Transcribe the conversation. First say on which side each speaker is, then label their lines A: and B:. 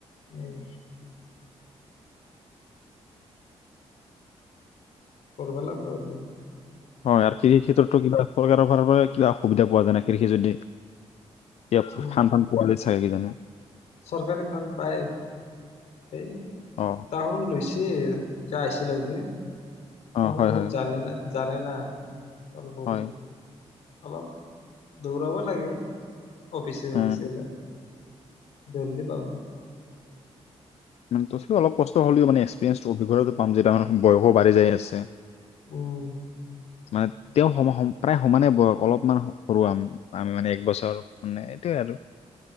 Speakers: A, on the left; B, on the left.
A: উম কৰবা লাগবো আজি
B: হয় আৰু কৃষি ক্ষেত্ৰতটো কিবা চৰকাৰৰ ফালৰ পৰা কিবা সুবিধা পোৱা যায় নেকি কৃষি যদি এতিয়া
A: উম
B: ফান ফান পলিচি সেই কি জানি
A: চৰকাৰী ফাউন পাই এই
B: অঁ
A: তাৰ সোন লৈছে এতিয়া আহিছিলে যে
B: অঁ
A: তাৰ
B: হয়
A: বহুত
B: হয়
A: জানে না জানে না তাৰ বহুত
B: হয়
A: অলপ দৌৰাব লাগে অফিছ ফপিছ
B: উম,
A: বিলাক জলি দি পাব
B: তথলিও অলপ কষ্ট হ'লেও মানে এক্সপিৰিয়ঞ্চটো অভিজ্ঞতাৰপাম যে ডাঙৰ হম বয়সবাঢ়ি যায় আছে
A: উম
B: মানে তেওঁৰ সম সম প্ৰায় সমানে অলপমান সৰু আমি মানে এক বছৰ মানে এইটোৱে আৰু